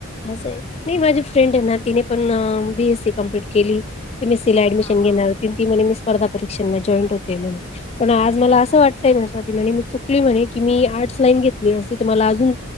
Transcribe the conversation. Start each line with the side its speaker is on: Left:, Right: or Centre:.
Left: अंसय नी माझं फ्रेंड ए ना तिने पण बी एस सी कंप्लीट केली. एम एस सी ला ऍडमिशन
Right: हा हा
Left: घेणार होती अन् ती म्हणे मी स्प स्पर्धा परीक्षांना जॉईंट होते म्हण, पण आज
Right: हो
Left: मला असं
Right: का
Left: वाटतंय स्वाती म्हणे म ती म्हणे की मी आर्ट्स लाईन घेतली असती त मला अजून